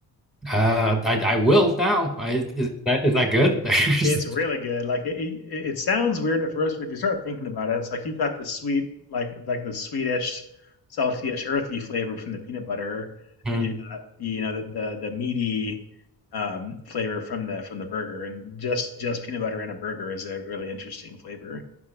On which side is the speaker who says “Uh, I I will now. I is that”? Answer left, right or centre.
Centre